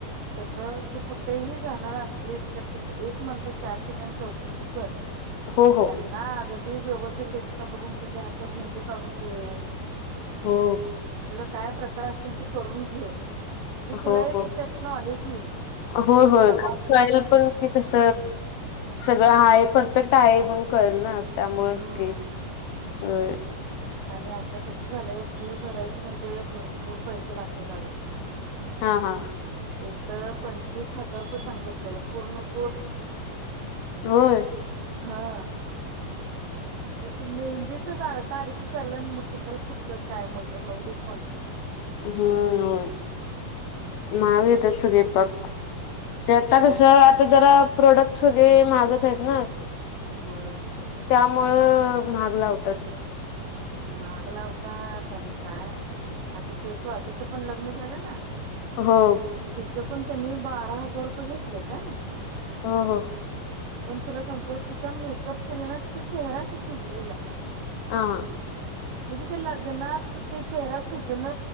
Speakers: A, on the right (about 60°); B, on the left (about 75°).
A: तस तू कुठ. तेही जाणार असलीस तर, तिथे एक म्हणता चार ठिकाणी चौकशी कर.
B: हो हो
A: त्यांना अगदी व्यवस्थ त ह मून घ म्हण क
B: हो
A: <unintelligible> काय प्रकार असतील ते करून घे. म्हणजे तुला
B: हो
A: एक
B: हो
A: त्यात नॉलेज येईल
B: होय
A: की
B: होय
A: बापा.
B: आणि कळेल पण की कस सगळं आहे, परफेक्ट आहे म्हण कळेल ना. त्यामुळेच
A: हम्म
B: की होय.
A: आणि आता कसं झालंय, फी भरायची म्हणजे, भरपूर पैसे लागतात अगं.
B: हा हा.
A: इ तर पंचवीस हजार सांगितलेलं पूर्ण कोर्स.
B: होय.
A: हा. मग ते मेहंदीचच अडका अडकी चाललं मग कशाला फुटतं काय मग राहू देच म्हटल.
B: हम्म हो महाग येतात सुदैपाक. ते आता
A: होय
B: कसं आता जरा प्रोडक्ट वगैरे महागच आहेत ना.
A: ह <unintelligible>
B: त्यामुळं महाग लावतात.
A: महाग लावता आणि काय आता ते स्वातीचं पण लग्न झालं ना.
B: हो.
A: त्या पण त्यांनी बारा हजार रुपये घेतले काय.
B: हो हो.
A: पण तुला सांगतो तिचा मेकअप केला, ना तिचा चेहरा सुजलेला.
B: हा.
A: म्हणजे ते लग्नात ते चेहरा सुजणं